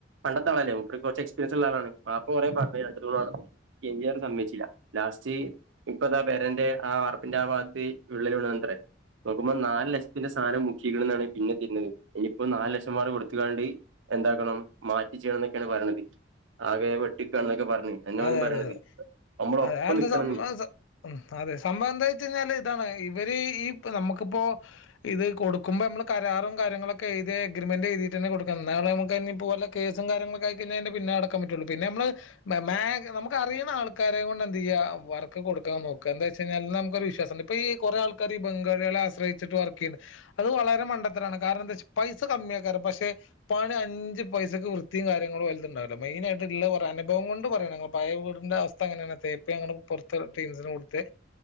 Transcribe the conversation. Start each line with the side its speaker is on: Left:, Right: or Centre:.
Right: പണ്ടത്തെ ആളല്ലേ മൂപ്പർക്ക് കൊർച്ച് എക്സ്പീരിയൻസ് ഇള്ള ആളാണ് വാപ്പ കൊറേ പർഞ്ഞ് രണ്ടു തൂണ് വേണന്ന് എന്തയാലും സമ്മതിചില്ല ലാസ്റ്റ് ഇപ്പതാ പെരന്റെ ആ വാർപ്പിന്റെ ആ വാത്ത് വിള്ളല് വീണത്രെ. നോക്കുമ്പോ നാല് ലക്ഷത്തിന്റെ സാനം മുക്കീക്ക്ണെന്നാണ് പിന്നെ കേക്കുന്ന വിവരം. ഇനിയിപ്പം നാല് ലക്ഷം വേറെ കൊട്ത്ത്ക്കാണ്ട് എന്താക്കണം മാറ്റി ചെയ്യണംന്നൊക്കെയാണ് പറയ്ണത്. ആകെ വെട്ടിപ്പന്നൊക്കെ പർ ന്ന് എന്ന
Left: അതെ
Right: ഓനും പറയ്ണത്
Left: അതെ അതെ
Right: നമ്മള
Left: അതെന്താ
Right: ഒപ്പം നിക്കണം
Left: സംഭവം
Right: ന്ന്
Left: ഉം അതെ സംഭവം എന്താ വെച്ചയ് ഴിഞ്ഞാല് ഇതാണ് ഇവര് ഈ നമ്മക്കിപ്പോ ഇത് കൊടുക്കുമ്പോ നമ്മള് കരാറും കാര്യങ്ങളക്കെ എഴുതി എഗ്രിമെന്റ് എുതീട്ടന്നെ കൊടുക്കണം എന്നാ നമുക്ക്നിപ്പോ വല്ലകേസും കാര്യങ്ങളൊക്കെ ആയി കഴിഞ്ഞ പിന്നാലെ നടക്കാൻ പറ്റൊള്ളൂ. പിന്നെ മ്മള് മേ നമുക്കറിയുന്ന ആൾക്കാരെ കൊണ്ട് എന്ത് ചയ്യ വർക്ക് കൊടുക്കാൻ നോക്ക എന്താ വെച്ചയ് ഞ്ഞാൽ ന്നാ മുക്കൊരു വിശ്വാസണ്ട് ഇപ്പൊ ഈ കുറെേആൾക്കാർ ഈ ബംഗാളിയാളെ ആശ്രയിച്ചിട്ട് വർക്ക് ചെയ്യണ്ട്. അത് വളരെ മണ്ടത്തരാണ് കാരണം എന്ത വെച്ചാ പൈസ കമ്മിയാക്കാരം പക്ഷെ പണി അഞ്ച് പൈസയ്ക്ക് വൃത്തിയും കാര്യങ്ങളും ഓൽതു ണ്ടാവില്ല മെയ്നായിട്ടള്ള പറ അനുഭവം കൊണ്ട് പറ പഴെ വീടിന്റെ അവസ്ഥ അങ്ങനാണ് തേപ്പ് അങ്ങനെ പൊർ ത്ത് ടീംസിന് കൊടുത്ത്